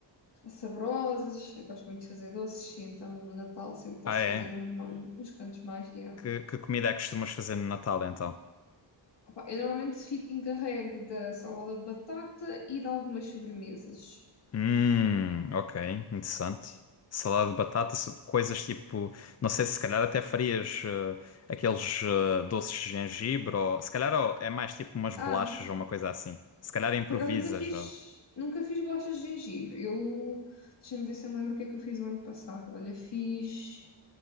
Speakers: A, on the left; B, on the left.
A: saborosas. Eu gosto muito de fazer doces, e então no Natal sempre posso
B: Ah, é?
A: fazer uns, ma- uns cantos mais. yeah.
B: Que, que comida é que costumas fazer no Natal, então?
A: Opa, eu normalmente fico encarregue da salada de batata e de algumas sobremesas.
B: Hum, ok, interessante. Salada de batata, su- coisas tipo, não sei se calhar até farias eh, aqueles eh, doces de gengibre ou se calhar ó, é mais tipo umas
A: Ah,
B: bolachas ou uma coisa assim. Se calhar improvisas.
A: Por acaso nunca fiz,
B: ó.
A: nunca fiz bolachas de gengibre. Eu, deixa-me ver se eu me lembro o que é que eu fiz o ano passado. Olha, fiz,